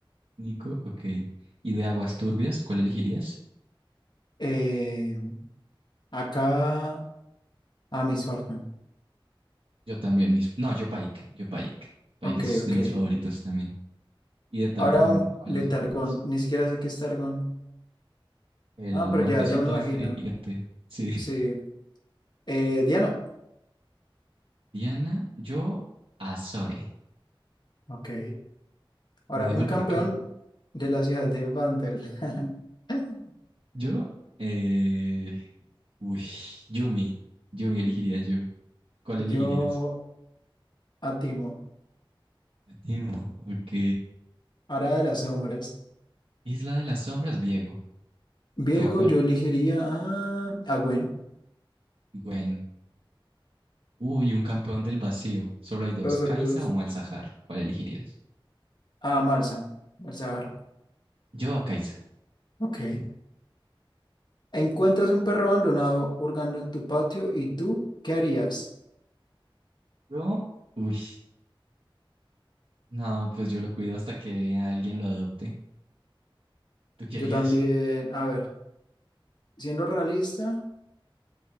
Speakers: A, on the right (about 75°); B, on the left (about 55°).
A: Nico, ok. ¿Y de aguas turbias, cuál elegirías?
B: Eh, acá a Miss Fortune.
A: Yo también, mis... No, yo Pike, yo Pike. Pike
B: Ok,
A: es
B: ok.
A: de mis favoritos también. Y de Targón,
B: Ahora un
A: ¿cuál
B: de
A: elegirías?
B: Targón. Ni siquiera sé qué es Targón.
A: El
B: Ah, pero
A: montecito
B: ya, ya me imagino.
A: este gigante. Sí.
B: Sí. Eh, Diana.
A: <laughs> Diana, yo a Zoe.
B: Ok. Ahora,
A: No digo
B: un
A: el
B: campeón
A: por qué.
B: de la ciudad de Vandal. <laughs>
A: Yo, eh... Uy, Yumi. Yumi elegiría yo. ¿Cuál
B: Yo
A: elegirías?
B: a Timo.
A: A Timo, ok.
B: Ahora de las sombras.
A: Isla de las Sombras, Diego.
B: Viego,
A: ¿Tú a cuál?
B: yo elegiría a, a Gwen.
A: Gwen. Uy, un campeón del vacío. Solo hay dos,
B: Pero sobre
A: Kaisa
B: dos.
A: o Malzahar. ¿Cuál elegirías?
B: A Malsa. Malzahar.
A: Yo a Kaisa.
B: Ok.
A: Sí.
B: Encuentras un perro abandonado hurgando en tu patio y tú, ¿qué harías?
A: Yo, uy. No, pues yo lo cuido hasta que alguien lo adopte. ¿Tú qué
B: Yo
A: harías?
B: también, a ver, siendo realista,